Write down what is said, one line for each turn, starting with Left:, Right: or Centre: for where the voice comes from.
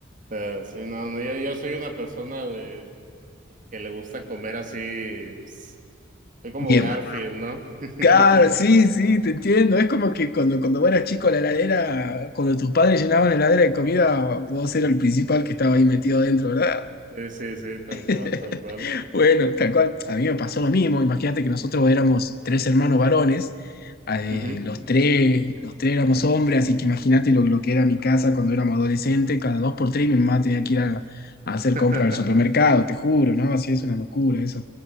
Right: Eh, sí, no, no, yo, yo soy una persona de que le gusta comer así, pues, soy como
Left: Bien.
Right: Garfield, ¿no? <laughs>
Left: Claro, sí, sí, te entiendo. Es como que cuando, cuando vos eras chico, la heladera, cuando tus padres llenaban la heladera de comida, vos eras el principal que estaba ahí metido adentro, ¿verdad?
Right: Sí, sí, sí, tal
Left: <laughs>
Right: cual, tal cual.
Left: Bueno, tal cual, a mí me pasó lo mismo. Imagínate que nosotros éramos tres hermanos varones, eh,
Right: Ujú.
Left: los tres, los tres éramos hombres, así que imagínate lo, lo que era mi casa cuando éramos adolescentes, cada dos por tres mi mamá tenía que ir a, a hacer
Right: <laughs>
Left: compras al supermercado, te juro, ¿no? Así es una locura eso.